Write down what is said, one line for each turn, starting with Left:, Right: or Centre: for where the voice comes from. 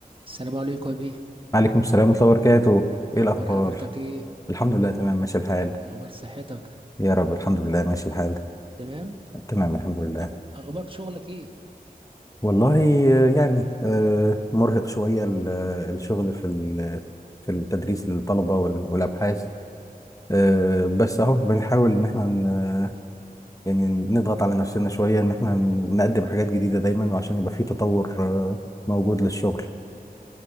Right: السلام عليكم يا بيه
Left: عليكم السلام ورحمة الله وبركاته ايه
Right: اخبار
Left: الاخبار
Right: حضرتك ايه
Left: الحمد لله تمام ماشي الحال
Right: اخبار صحتك
Left: يا رب الحمد لله ماشي الحال
Right: تمام
Left: تمام الحمد لله
Right: أ- اخبار شغلك ايه
Left: والله آه، يعني آه، مرهق شوية ال- آه، الشغل في ال- في التدريس للطلبة وال- والابحاث آه، بس اهو بنحاول ان احنا ن- يعني نضغط على نفسنا شوية ان احنا نقدم حاجات جديدة دايما وعشان يبقى في تطور آه، موجود للشغل